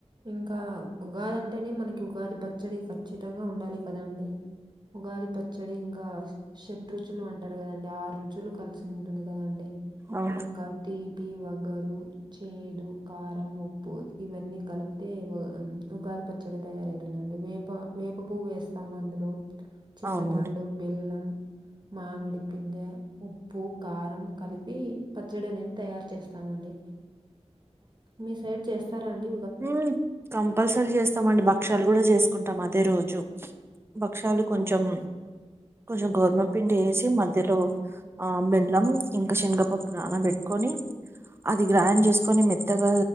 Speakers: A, on the right; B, on the right.
A: ఇంకా ఉగాది అంటేనే మనకి ఉగాది పచ్చడి ఖచ్చితంగా ఉండాలి కదండి ఉగాది పచ్చడి ఇంకా షెడ్రు రుచు రుచులు అంటారు కదండి ఆరు రుచులు కలిసి ఉంటుంది కదండి
B: అవును
A: ఇంకా తీ పి వగరు చేదు కారం ఉప్పు ఇవన్నీ కలిపితే వాగా ఉగా పచ్చడి తయారవుతుందండి వేప వేప పువ్వు వేస్తాము అందులో చింతపండు
B: అవునండి
A: బెల్లం మామిడి పింధ్యా ఉప్పు కారంం కలిపి పి పచ్చడి అనేది తయారు చేస్తామండి మీ సైడ్ చేస్తారాడి
B: ఉ కంపల్సరీ చేస్తామండి భక్షలు కూడా చేసుకుంటాం అదే రోజు భక్షాలు కొంచెం
A: అవునండి.
B: కొంచెం గోధుమ పిండి వేసి మధ్యలో ఆ బెల్లం ఇంకా శనగపప్పు నానా పెట్టుకొని అది గ్రైండ్ చేసుకోని మెత్తగా